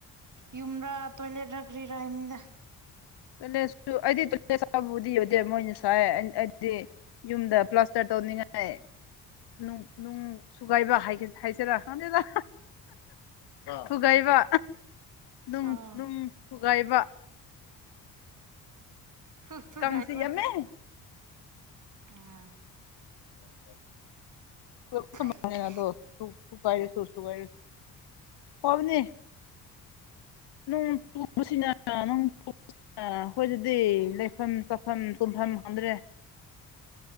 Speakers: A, on the right; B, on the left.
A: ꯌꯨꯝꯔꯥ ꯇꯣꯏꯂꯦꯠꯔ ꯀꯔꯤꯔ ꯍꯥꯏ ꯅꯤꯗ
B: ꯀ ꯑꯩꯗꯤꯕꯨꯗꯤ ꯌꯗꯦ ꯃꯣꯏꯅ ꯁꯥꯏ ꯑꯩꯗꯤ ꯌꯨꯝꯗ ꯄ꯭ꯂꯥꯁꯇꯔ ꯇꯧꯅꯤꯡꯉꯥꯏ ꯅꯨꯡ ꯅꯨꯡ ꯎꯝ ꯁꯨꯒꯥꯏꯕ ꯍꯥꯏꯁꯔꯥ ꯈꯗꯦꯗ ꯊꯨꯒꯥꯏꯕ ꯅꯨꯡ
A: ꯑꯥ
B: ꯅꯨꯡ ꯊꯨꯒꯥꯏꯕ
A: ꯊꯨꯛ ꯊꯨꯒꯥꯏꯕ
B: ꯀꯪꯁꯤ ꯌꯥꯝꯃꯦ
A: <unintelligible>
B: <unintelligible>
A: ꯐꯩꯅꯦ
B: ꯀꯕꯅꯦ ꯅꯣꯛ ꯆꯨꯕꯁꯤꯅꯥ ꯑꯥ ꯍꯣꯏ ꯑꯗꯨꯗꯤ ꯂꯩꯐꯝ ꯆꯥꯐꯝ ꯇꯨꯝꯐꯝ ꯈꯪꯗ꯭ꯔꯦ